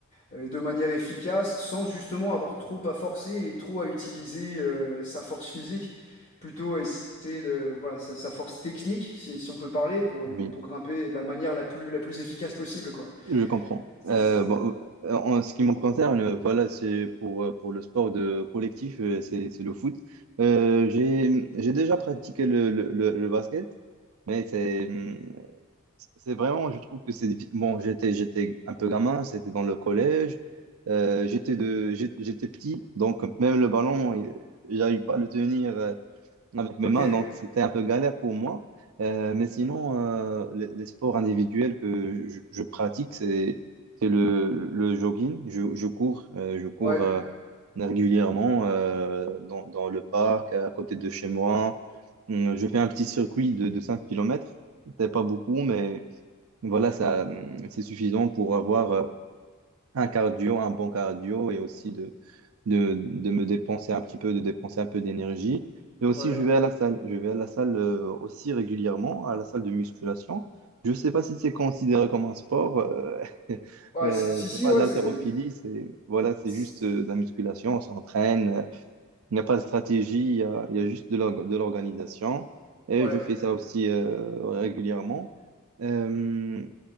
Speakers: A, on the left (about 35°); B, on the right (about 80°).
A: euh, de manière efficace sans justement avoir trop à forcer et trop à utiliser euh, sa force physique, plutôt à essayer de, voilà, sa, sa force technique, si, si on peut parler, pour,
B: oui,
A: pour grimper de la manière la plus, la plus efficace possible, quoi.
B: je comprends.
A: C'est
B: Euh,
A: ça.
B: bon, euh, en ce qui me concerne, euh, voilà, c'est pour, euh, pour le sport de collectif, euh, c'est, c'est le foot. Euh, j'ai, j'ai déjà pratiqué le, le, le, le basket, mais c'est, hum, C'est vraiment, je trouve que c'est... Bon, j'étais, j'étais un peu gamin, c'était dans le collège, euh, j'étais de, j'ai- j'étais petit, donc même le ballon, il- j'arrive pas à le tenir euh, avec mes
A: Ok.
B: mains, donc c'était un peu galère pour moi. Euh, mais sinon, euh, les, les sports individuels que je, je pratique, c'est, c'est le, le jogging, je, je cours, euh, je cours
A: Ouais,
B: euh, régulièrement euh, dans, dans le parc, à côté de chez moi. Hum, Je fais un petit circuit de, de 5 km. C'était pas beaucoup, mais donc Voilà, ça, hum, c'est suffisant pour avoir euh, un cardio, un bon cardio et aussi de, de, de me dépenser un petit peu, de dépenser un peu d'énergie. Et aussi,
A: ouais.
B: je vais à la salle. Je vais à la salle euh, aussi régulièrement, à la salle de musculation. Je ne sais pas si c'est considéré comme un sport. euh, <laughs>
A: Ouais,
B: euh,
A: si, si,
B: c'est
A: si,
B: pas
A: ouais,
B: de l'haltérophilie,
A: c'est,
B: c'est voilà, c'est
A: c'est-
B: juste euh, de la musculation. On s'entraîne, il n'y a pas de stratégie, il y a, il y a juste de l'org- de l'organisation. Et
A: ouais.
B: je fais ça aussi euh, régulièrement. Euh,